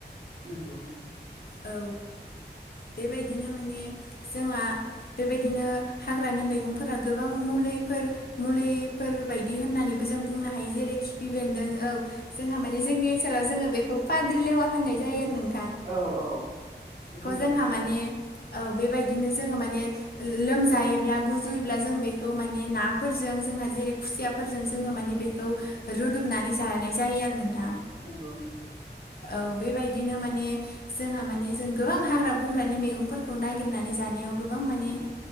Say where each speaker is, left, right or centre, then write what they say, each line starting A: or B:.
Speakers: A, on the right; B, on the left.
A: नंगौ नंगौ।
B: औ। बेबायदिनो माने जोंहा बेबायदिनो हाग्रानि मैगंफोरा गोबां मुलिफोर मुलिफोर बायदि होननानैबो जों बुंनो हायो जेरै खिफि बेन्दों औ जोंहा माने जोंनि ओनसोलाव जोङो बेखौ फाद्रि लेवा होननाय जायो आरो नों
A: औ औ गुबुन गुबुन
B: जोंहा
A: बुङो
B: माने
A: औ
B: औ बेबायदिनो जोङो माने लोमजायोब्ला गुजुयोब्ला जों बेखौ माने नाफोरजों जोंहा जेरै खुसिया फोरजों जोङो माने बेखौ रुदुमनानै जानाय जायो आरो नोंथां
A: नंगौ नंगौ
B: औ बेबायदिनो माने जोंहा माने जों गोबां हाग्रा बंग्रानि मैगंफोरखौ नागिरनानै जानायाव गोबां माने
A: औ